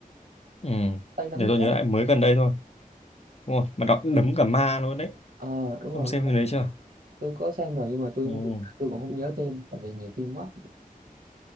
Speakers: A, on the left (about 45°); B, on the right (about 80°).
A: ừ,
B: tay đấm
A: để tôi
B: thép
A: nhớ lại mới gần đây thôi đúng rồi mà đọc đấm cả ma luôn đấy
B: Ờ đúng
A: ông
B: rồi
A: xem phim đấy chưa
B: tôi có xem rồi nhưng mà tôi
A: ừ.
B: tôi cũng không nhớ tên tại vì nhiều phim quá